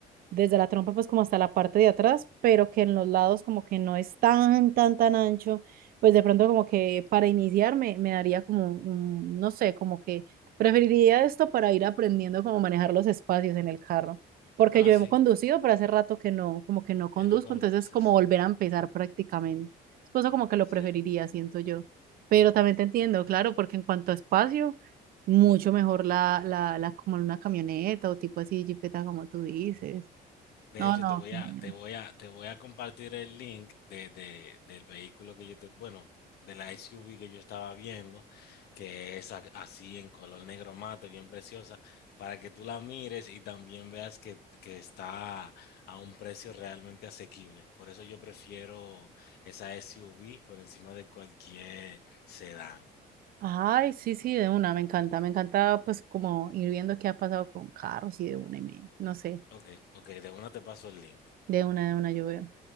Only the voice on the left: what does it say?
Ah,
sí,
que no conduces,
sí.
De
hecho,
te voy
a,
te voy a, te voy a compartir el link de, de- del vehículo que yo te, bueno, de la SUV que yo estaba viendo, que es a- así en color negro mate, bien preciosa, para que tú la mires y también veas que, que está a un precio realmente asequible. Por eso yo prefiero esa SUV por encima de cualquier sedán.
Ok, ok, de una te paso el link.